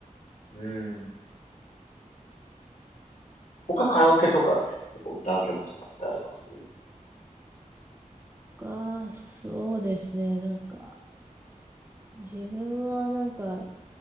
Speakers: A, on the left; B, on the right.
A: うん。他カラオケとかで結構歌う曲とかってあります
B: が、そうですね。なんか自分はなんか